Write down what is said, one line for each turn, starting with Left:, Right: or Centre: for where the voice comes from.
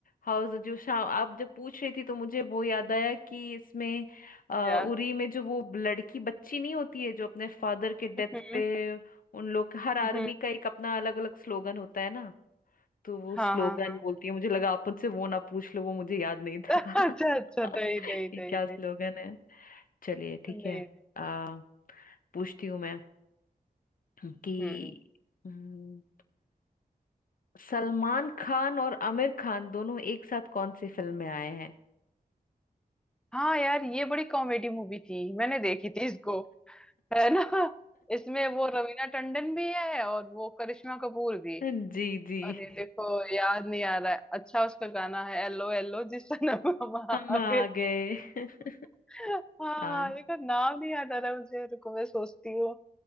Left: हाउस द जोश हाँ आप जब पूछ रही थी तो मुझे वो याद आया कि इसमें अ,
Centre: <laughs>
Left: उरी में जो वो लड़की बच्ची नहीं होती है जो अपने फादर के डेथ
Centre: हम्म,
Left: पे उन लोग हर आर्मी
Centre: हम्म,
Left: का एक अपना अलग अलग स्लोगन होता है ना तो वो
Centre: हाँ
Left: स्लोगन
Centre: हाँ हाँ
Left: बोलती है मुझे लगा आप मुझसे वो ना पूछ लो वो मुझे याद नहीं
Centre: <laughs>
Left: था
Centre: अच्छा अच्छा नहीं
Left: <laughs>
Centre: नहीं
Left: कि
Centre: नहीं
Left: क्या स्लोगन
Centre: नहीं
Left: है चलिए ठीक
Centre: नहीं,
Left: है आ, पूछती हूँ मैं कि
Centre: हम्म
Left: हम्म, सलमान खान और आमिर खान दोनों एक साथ कौन सी फिल्म में आए हैं
Centre: हाँ यार ये बड़ी कॉमेडी मूवी थी मैंने देखी थी इसको है ना इसमें वो रवीना टंडन भी है और वो करिश्मा कपूर भी
Left: <laughs> जी जी
Centre: अरे देखो याद नहीं आ रहा है अच्छा उसका गाना है एलो एलो जिस नाम हम
Left: हम
Centre: आगे
Left: आ गए <laughs>
Centre: हाँ
Left: हाँ
Centre: हाँ देखो नाम नहीं याद आ रहा मुझे रुको मैं सोचती हूँ